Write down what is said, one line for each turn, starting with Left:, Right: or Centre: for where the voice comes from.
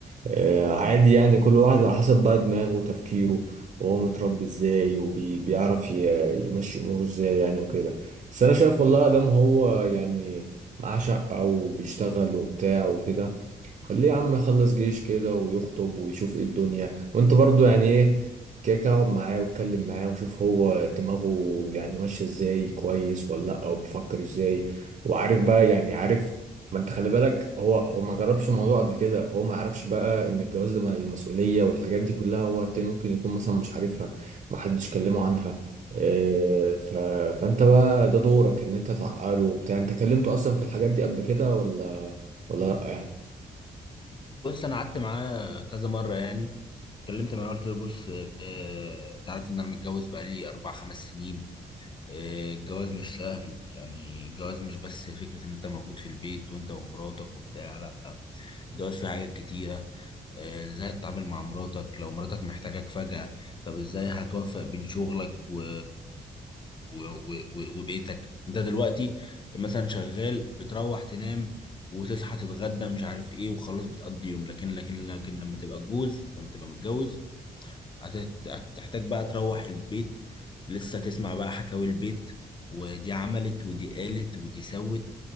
Right: آه، عادي يعني كل واحد على حسب بقى دماغه وتفكيره وهو متربي ازاي وبيعرف يمشي اموره ازاي يعني وكده بس انا شايف والله ادم هو يعني معاه شقة وبيشتغل وبتاع وكده خليه يا عم يخلص جيش كده ويخطب ويشوف ايه الدنيا وانت برضو يعني ايه كده كده اقعد معاه واتكلم معاه وشوف هو دماغه يعني ماشية ازاي كويس ولا لأ او بيفكر ازاي وعارف بقى يعني عارف ما انت خلي بالك هو هو ما جربش الموضوع قبل كده فهو ما يعرفش بقى ان الجواز ده مع المسؤوليه والحاجات دي كلها هو التاني ممكن يكون مثلا مش عارفها ما حدش كلمه عنها اه ف... فانت بقى ده دورك ان انت تعقله وبتاع انت كلمته اصلا في الحاجات دي قبل كده ولا ولا لا يعني
Left: بص انا قعدت معاه كذا مره يعني اتكلمت معاه قلت له بص اه انت عارف ان انا متجوز بقالي اربع خمس سنين اه الجواز مش سهل يعني الجواز مش بس فكره ان انت موجود في البيت وانت ومراتك وبتاع لا الجواز فيه حاجات كتيره آه، ازاي تتعامل مع مراتك لو مراتك محتاجاك فجأة طب ازاي هتوفق بين شغلك و... و... و... و- وبيتك انت دلوقتي مثلا شغال بتروح تنام وتصحى تتغدى مش عارف ايه وخلاص بتقضي يوم لكن لكن لكن لما تبقى جوز لما تبقى متجوز هت- هتحتاج بقى تروح البيت لسه تسمع بقى حكاوي البيت ودي عملت ودي قالت ودي سوت